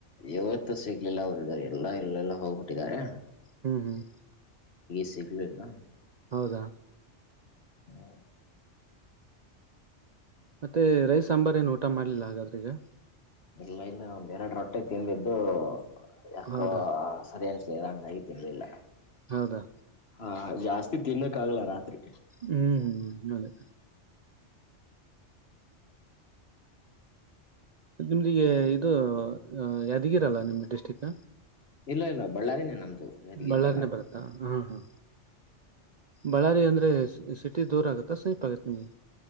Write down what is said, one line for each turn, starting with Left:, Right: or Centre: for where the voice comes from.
Left: ಇವತ್ತು ಸಿಗ್ಲಿಲ್ಲ ಅವರು ಇದ ಎಲ್ಲಾ ಇಲ್ಲೆಲ್ಲ ಹೋಗ್ಬಿಟ್ಟಿದ್ದಾರೆ
Right: ಹ್ಮ್ ಹ್ಮ್
Left: ಸಿಗ್ಲಿಲ್ಲ
Right: ಹೌದಾ
Left: ಹ್ಮ
Right: ಮತ್ತೆ ರೈ ಸಾಂಬಾರ ಏನು ಊಟ ಮಾಡ್ಲಿಲ್ಲ ಹಾಗಾದ್ರೀಗ
Left: ಇಲ್ಲ ಇಲ್ಲ ಒಂದ್ರಡು ರೊಟ್ಟೆ ತಿಂದಿದ್ದು ಯಾಕೋ
Right: ಹೌದಾ
Left: ಸರಿ ಅನ್ಸ್ಲಂಗ ಆಯ್ತ ತಿನ್ನಿಲ್ಲ
Right: ಹೌದಾ
Left: ಹಾ ಜಾಸ್ತಿ ತಿನ್ನಕ್ಕ ಆಗಲ್ಲ ರಾತ್ರಿ
Right: ಹ್ಮ್ ಹ್ಮ್ ಅದೇ ನಿಮ್ದಿಗೆ ಇದು ಯಾದಗಿರ ಅಲ್ಲ ನಿಮ್ದ ಡಿಸ್ಟ್ರಿಕ್
Left: ಇಲ್ಲ ಇಲ್ಲ ಬಳ್ಳಾರಿನೇ ನಮ್ದು ಯಾದಗಿರಿ
Right: ಬಳ್ಳಾರಿನೇ
Left: ಇಲ್ಲ
Right: ಬರುತ್ತಾ ಹಾ ಹಾ ಬಳ್ಳಾರಿ ಅಂದ್ರೆ ಸಿಟಿ ದೂರ ಆಗತ್ತಾ ಸ್ಪ್ ಆಗತ್ ನಿಮ್ಗೆ